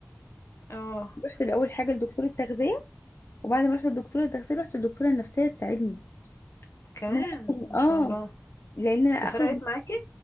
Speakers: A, on the left; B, on the left.
A: اه
B: رحت الاول حاجه لدكتوره تغذيه وبعد ما رحت للدكتوره التغذيه رحت للدكتوره النفسيه تساعدني
A: كمان
B: ان انا اخرج
A: ما
B: اه
A: شاء الله
B: لان انا اخرج
A: وفرقت
B: من-
A: معاكي